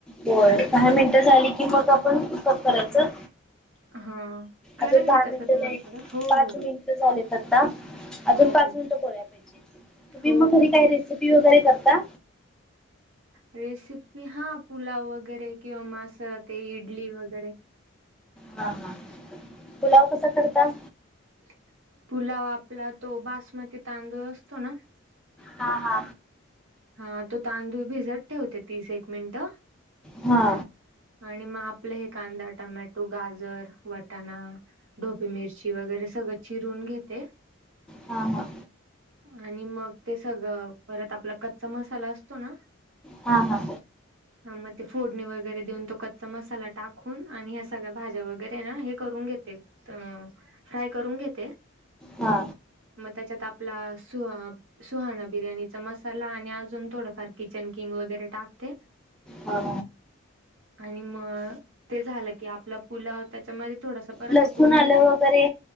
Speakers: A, in the centre; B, on the right.
A: बर काही मिनटं झाली की मग आपण उतप करायचं.
B: हां, करेन
A: आता दहा
B: मी तसं
A: मिनिट
B: तुम्हाला
A: नाही
B: परत. हो,
A: पाच
B: हो.
A: मिनिट झालेत आता, अजून
B: हो,
A: पाच
B: हो.
A: मिनिटं बोलाय पाहिजे तुम्ही
B: हो,
A: मग
B: हो.
A: घरी काय रेसिपी वगैरे करता.
B: रेसिपी हा पुलाव वगैरे किंवा मास ते इडली वगैरे,
A: हा हा पुलाव कसा करता.
B: पु पुलाव आपला तो बासमती तांदूळ असतो ना,
A: हा हा.
B: हा तो तांदूळ भिजत ठेवते तीस एक मिनिट.
A: हा
B: आणि मग आपलं हे कांदा टमॅटो गाजर वटाणा, ढोपी मिरची वगैरे सगळं चिरून घेते.
A: हा हा
B: आणि मग ते सगळं परत आपला कच्चा मसाला असतो ना.
A: हा हा
B: हा मग ते फोडणी वगैरे देऊन तो कच्चा मसाला टाकून आणि ह्या सगळ्या भाज्या वगैरे ना हे ून घेते फ्राय करून घेते
A: हा
B: मग त्याच्यात आपला सुहा सुहाणा बिर्याणीचा मसाला, आणि अजून थोडंफार किचन किंग वगैरे टाकते.
A: हो
B: आणि मग ते झालं की आपला पुलाव त्याच्यामध्ये थोडासा,
A: लसूण
B: उकडून
A: आलं
B: घ
A: वगैरे